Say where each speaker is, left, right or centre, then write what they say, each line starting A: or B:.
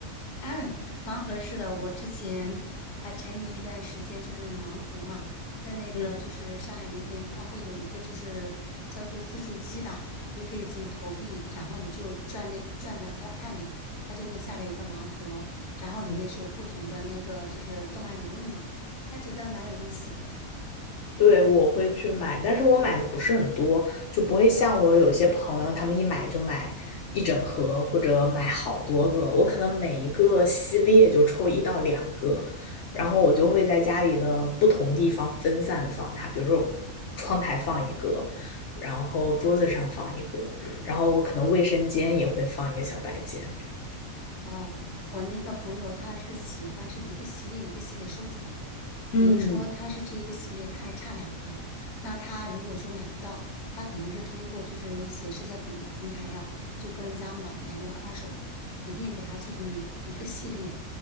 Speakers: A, on the left; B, on the left.
A: <clears throat> 盲盒是的，我之前还沉迷一段时间，就是那个盲盒嘛，在那个就是上海那边，
B: 嗯，
A: 它会有一个就是叫做自助机吧，你可以自己投币，然后你就转那转到它的按钮，它就会下来一个盲盒，然后里面是有不同的那个就是动漫人物嘛，
B: 嗯，
A: 还觉得蛮有意思的。
B: 对，我会去买，但是我买的不是很多，就不会像我有些朋友，他们一买就买一整盒或者买好多个，我可能每一个系列就抽一到两个，然后我就会在家里的不同地方分散的放它，比如说窗台放一个，然后桌子上放一个，然后我可能卫生间也会放一个小摆件这样。
A: 哦，我那个朋友他是喜欢是一个系列一个系列收藏的，
B: 嗯
A: 也就是说他是这一个系列，他还差两个。那他如果说买不到，他可能是通过就是一些社交平平台呀、就跟人家买买那个二手的，一定给他凑成一一个系列。